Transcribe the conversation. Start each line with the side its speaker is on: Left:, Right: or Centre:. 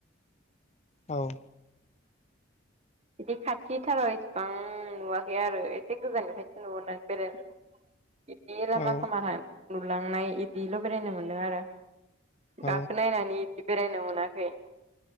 Left: औ
Right: बिदि खाथिथाराव इसेबां नुवाखै आरो एसे गोजाननिफ्रायसो नुनानै बेरायनो
Left: <inaudible>
Right: बिदि लामा
Left: औ
Right: सामाां लुलांनाय बिदिल' बेरायनो मोनदों आरो।
Left: औ
Right: गाखो नायनानै बेरायनो मोनाखै